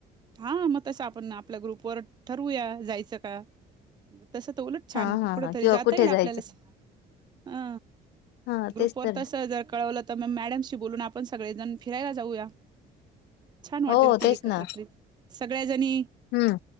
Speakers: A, on the right (about 25°); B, on the left (about 75°).
A: हा मग तसं आपण आपल्या ग्रुपवर ठरवूया. जायचं का तसं तर उलटं छान
B: हा हा
A: कुठ
B: हा
A: तरी
B: किंवा
A: जाता
B: कुठे
A: येईल आपल्याला
B: जायचं
A: असं. अ
B: हा
A: ग्रुप
B: तेच
A: वर
B: तर
A: तसं जर कळवलं. तर मग मॅडमशी बोलून आपण सगळेजण फिरायला जाऊया. छान वाटेल
B: हो
A: ती
B: तेच
A: एकत्र
B: ना
A: ट्रिप. सगळ्याजणी.
B: हम्म.